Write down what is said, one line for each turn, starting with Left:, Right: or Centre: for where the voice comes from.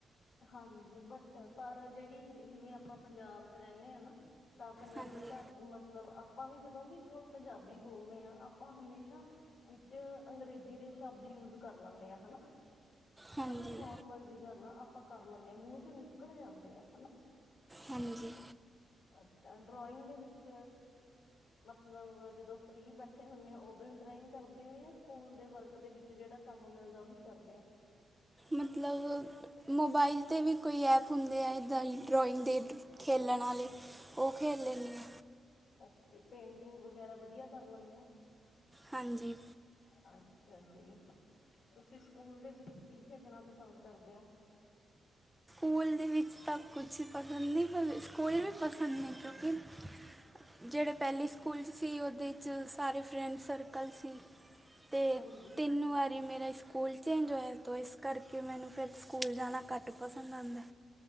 Left: ਹਾਂਜੀ, ਬਟ, ਪਰ ਜਿਹੜੀ, ਜਿਵੇਂ ਆਪਾਂ ਪੰਜਾਬ 'ਚ ਰਹਿੰਦੇ ਹਾਂ ਨਾ। ਤਾਂ ਪੰਜਾਬੀ,
Centre: ਹਾਂਜੀ
Left: ਪਰ ਮਤਲਬ, ਆਪਾਂ ਵੀ ਜਦੋਂ ਵੀ ਕੋਲ ਪੰਜਾਬੀ ਬੋਲਦੇ ਹਾਂ, ਆਪਾਂ ਹਮੇਸ਼ਾ। ਵਿੱਚ ਅੰਗਰੇਜ਼ੀ ਦੇ ਸ਼ਬਦ ਯੂਜ ਕਰ ਲੈਂਦੇ ਆ, ਹਨਾ।
Centre: ਹਾਂਜੀ
Left: ਹਨਾ, ਨੋਰਮਲ ਜਿਹੀ ਗੱਲ ਆ ਆਪਾਂ ਕਰ ਲੈਣੇ, ਮੂੰਹ ਚੋਂ ਨਿਕਲ ਜਾਂਦੇ ਆ ਹਨਾ।
Centre: ਹਾਂਜੀ।
Left: ਅੱਛਾ, ਡਰਾਇੰਗ ਦੇ ਵਿੱਚ। ਮਤਲਬ, ਜਦੋਂ ਫ੍ਰੀ ਬੈਠੇ ਹੁਣੇ, ਉਦੋਂ ਹੀ ਡਰਾਇੰਗ ਕਰਦੇ, ਜਾਂ ਸਕੂਲ ਦੇ ਵਰਕ। ਦੇ ਵਿੱਚ ਜਿਹੜਾ ਕੰਮ ਮਿਲਦਾ, ਉਹੀ ਕਰਨੇ ਆ।
Centre: ਮਤਲਬ। ਮੋਬਾਈਲ 'ਤੇ ਵੀ ਕੋਈ ਐਪ ਹੁੰਦੇ ਆ ਇੱਦਾਂ ਈ, ਡਰਾਇੰਗ ਦੇਖ ਖੇਲਣ ਵਾਲੇ। ਉਹ ਖੇਲ ਲੈਣੇ ਆ।
Left: ਓਕੇ, ਪੇਂਟਿੰਗ ਵਗੈਰਾ ਵਧੀਆ ਕਰ ਲੈਣੇ ਓ।
Centre: ਹਾਂਜੀ।
Left: ਅੱਛਾ ਜੀ, ਤੁਸੀਂ ਸਕੂਲ ਦੇ ਵਿੱਚ ਕੀ ਖੇਡਣਾ ਪਸੰਦ ਕਰਦੇ ਹੋ।
Centre: ਸਕੂਲ ਦੇ ਵਿੱਚ ਤਾਂ ਕੁਛ ਪਸੰਦ ਨਹੀਂ, ਪਰ ਸਕੂਲ ਵੀ ਪਸੰਦ ਨਹੀਂ ਕਿਉਂਕਿ। ਜਿਹੜੇ ਪਹਿਲੇ ਸਕੂਲ 'ਚ ਸੀ, ਉਹਦੇ 'ਚ ਸਾਰੇ ਫਰੈਂਡ ਸਰਕਲ ਸੀ। ਇਹ,
Left: ਹਾਂਜੀ,
Centre: ਤਿੰਨ ਵਾਰੀ ਮੇਰੇ ਸ। ਸਕੂਲ ਚੇਂਜ ਹੋਇਆ ਤਾਂ ਇਸ ਕਰਕੇ, ਮੈਨੂੰ ਫਿਰ ਸਕੂਲ ਜਾਣਾ ਘੱਟ ਪਸੰਦ ਆਉਂਦਾ।